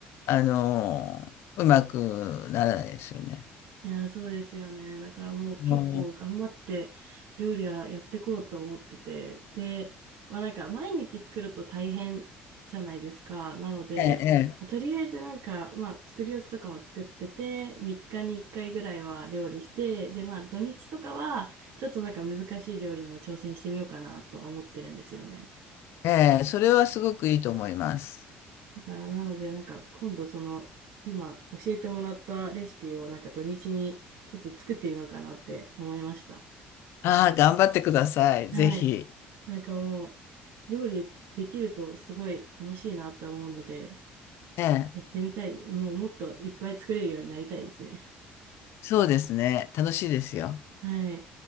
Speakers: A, on the left; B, on the right.
A: あのーうまくならないですよね。
B: いやー、そうですよね。だからもう結構頑張って料理はやってこうと思ってて。
A: うん
B: で、まあなんか毎日作ると大変じゃないですか。なので、
A: ええ、
B: まあとりあえずなんか、まあ作り置きとかも作ってて、3日に1回ぐらいは料理して、でまあ土日とかはちょっとなんか難しい料理にも挑戦してみようかなとは思ってるんですよね。
A: ええ、ええそれはすごくいいと思います。
B: だからなのでなんか今度その今教えてもらったレシピをなんか土日にちょっと作ってみようかなって思いました。
A: ああ、頑張ってください。
B: はい。
A: ぜひ。
B: なんかもう、料理できるとすごい楽しいなと思うので、
A: ええ、
B: やってみたい。もうもっといっぱい作れるようになりたいですね。
A: そうですね。楽しいですよ。
B: はい。